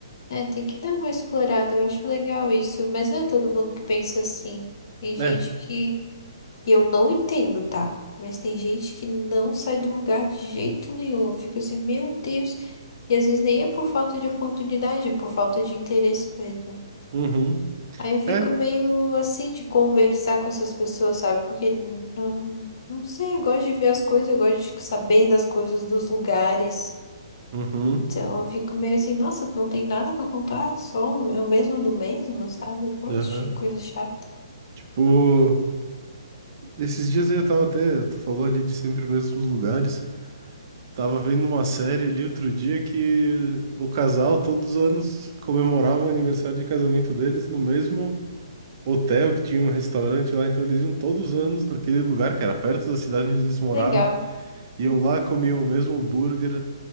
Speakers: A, on the left; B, on the right.
A: É, tem que dar uma explorada. Eu acho legal isso. Mas não é todo mundo que pensa assim. Tem gente
B: É,
A: que E eu não entendo, tá? Mas tem gente que não sai do lugar de jeito nenhum. Fica assim, meu Deus. E às vezes nem é por falta de oportunidade, é por falta de interesse mesmo.
B: uhum,
A: Aí eu fico
B: é,
A: meio assim de conversar com essas pessoas, sabe? Porque não, não sei, eu gosto de ver as coisas, eu gosto de saber das coisas, dos lugares.
B: uhum,
A: Então eu fico meio assim, nossa, não tem nada pra contar, só o é o mesmo do mesmo, sabe? Poxa,
B: aham.
A: que coisa chata.
B: Tipo, esses dias aí eu tava até, tu falou ali de sempre os mesmos lugares. Tava vendo uma série ali outro dia que o casal todos os anos comemorava o aniversário de casamento deles no mesmo hotel que tinha um restaurante lá, então eles iam todos os anos naquele lugar que era perto da cidade onde eles moravam,
A: Legal.
B: iam
A: Uhum.
B: lá, comiam o mesmo hambúrguer,